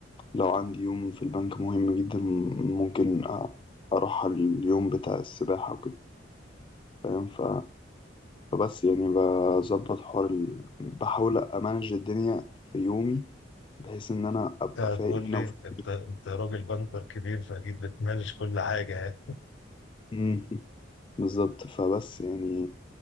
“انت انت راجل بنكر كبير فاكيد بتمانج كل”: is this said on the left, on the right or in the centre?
Left